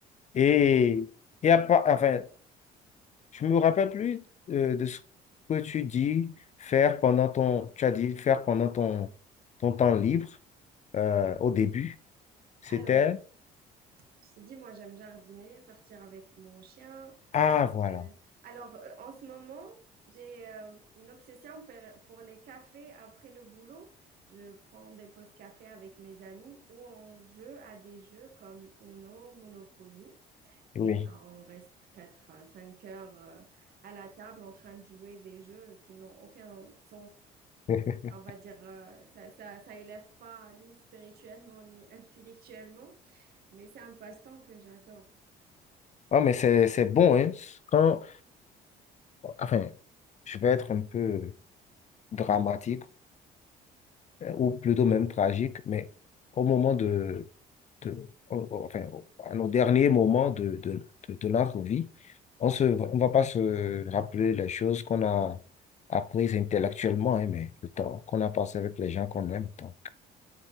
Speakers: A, on the left; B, on the right.
A: Et, et à part- enfin, je me rappelle plus euh, de ce que tu dis faire pendant ton, tu as dit faire pendant ton, ton temps libre euh, au début. C'était,
B: Alors, Je t'ai dit, moi, j'aime jardiner, sortir avec mon chien.
A: ah voilà,
B: Euh, alors, euh, en ce moment, j'ai euh, une obsession pour, pour les cafés après le boulot. Je prends des pauses café avec mes amis ou on joue à des jeux comme Uno, Monopoly.
A: oui.
B: Et genre, on reste 4 à 5 heures euh, à la table en train de jouer des jeux qui n'ont aucun sens.
A: <laughs>
B: On va dire, euh, ça, ça, ça élève pas ni spirituellement ni <laughs> intellectuellement, mais c'est un passe-temps que j'adore.
A: Oh, mais c'est, c'est bon, hein. Quand, enfin, je vais être un peu dramatique. ou plutôt même tragique, mais au moment de, de- au- au- enfin, au- à nos derniers moments de, de, de- de notre vie, on se, on va pas se rappeler les choses qu'on a apprises intellectuellement, hein, mais le temps qu'on a passé avec les gens qu'on aime, donc